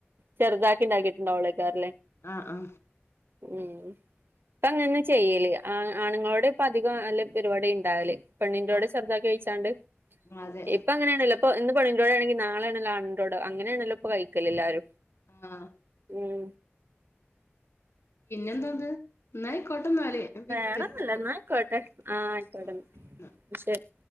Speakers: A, on the right; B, on the left.
A: ചെറുതാക്കി ഇണ്ടാക്കി ണ്ട് അവിടെ <unintelligible> ല്ലേ
B: ആഹ് ആഹ്
A: ഉം ഇപ്പം അങ്ങനെ ചെയ്യല് ആ ആണുങ്ങളോട് ഇപ്പതികം അല്ലേ പരുപാടി ഇണ്ടാവല് പെണ്ണിന്റവിടെ
B: ആഹ്
A: <unintelligible> ച്ചാണ്ട്
B: ആഹ് അതെ
A: ഇപ്പോ അങ്ങനെ ആണെല്ലോ ഇപ്പോ ഇന്ന് പെണ്ണിൻ്റോടെണെങ്കി നാളേണല്ലോ ആണിൻ്റോടെ അങ്ങനെയണല്ലോ ഇപ്പൊ കഴിക്കല് എല്ലാരും.
B: ആഹ്
A: ഉം
B: പിന്നെ എന്തോന്ന് ന്നാ ആയിക്കോട്ടെ എന്നാല് ഞാൻ പിന്നെ
A: വെറൊന്നൂല്ലാ
B: വിളിക്കണ്ട്
A: ന്നായികോട്ടെ ആഹ് ആയിക്കോട്ടെ
B: ആ ശരി ന്നാ
A: ശെരി